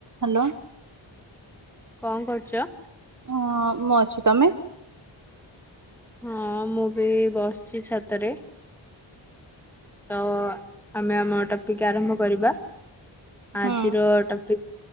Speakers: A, on the right (about 40°); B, in the centre.
A: ହାଲୋ।
B: କଁ କରୁଚ?
A: ହଁ ମୁଁ ଅଛି ତମେ?
B: ହଁ ମୁଁବି ବସିଚି ଛାତରେ। ତ ଆମେ ଆମର ଟପିକ୍ ଆରମ୍ଭ କରିବା ଆଜିର
A: ହୁଁ
B: ଟପିକ୍